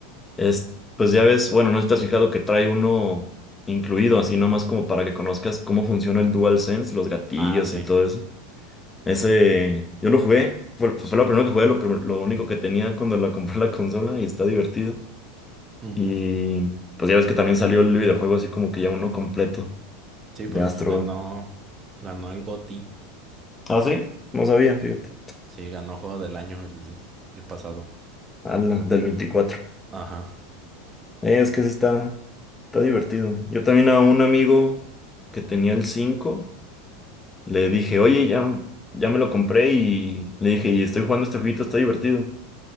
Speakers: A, on the left; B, on the right.
A: Es, pues ya ves, bueno, no sé si te has fijado que trae uno incluido, así nomás como para que conozcas cómo funciona el DualSense, los gatillos
B: Ah, sí.
A: y todo eso. Ese, yo lo jugué, fue, pues fue lo primero que jugué, lo, primer- lo único que tenía cuando la compré la consola y está divertido.
B: Ujú.
A: Y pues ya ves que también salió el videojuego así como que ya uno completo
B: Sí,
A: de
B: pues
A: Astro.
B: pues, ganó, ganó el GOTY.
A: Ah, sí, no sabía, fíjate.
B: Sí, ganó Juego del Año el, el pasado.
A: Ala, del veinticuatro
B: Ajá.
A: Eh, es que sí está, está divertido. Yo también a un amigo que tenía el cinco Le dije, oye, ya, ya me lo compré y le dije, y estoy jugando este jueguito, está divertido.